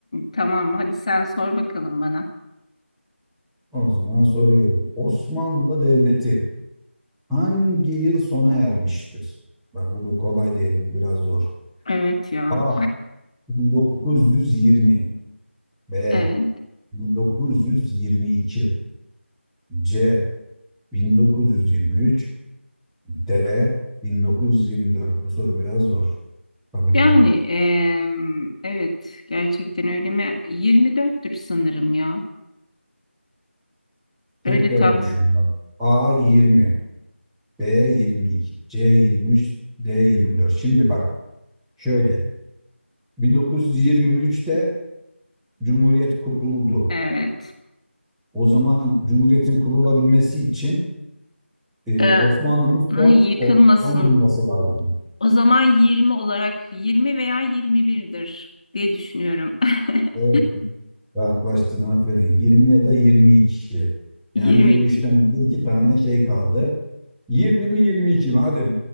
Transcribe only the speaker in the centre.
O zaman soruyorum. Osmanlı Devleti hangi yıl sona ermiştir? Bak bu bir kolay değil, bu biraz zor.
A. 1920 B.
1922 C. 1923 D 1924. Bu soru biraz zor. Kabul
ediyorum.
Tekrar
düşün bak. A 20, B 22, C 23, D 24. Şimdi bak şöyle. 1923'te Cumhuriyet kuruldu.
O zaman Cumhuriyet'in kurulabilmesi için e,
Osmanlı'nın
son,
son bulması lazım.
Evet. Yaklaştın aferin. 20 ya da 22. Yani
yirmi üçten önce iki tane şey kaldı. 20 mi 22 mi? Hadi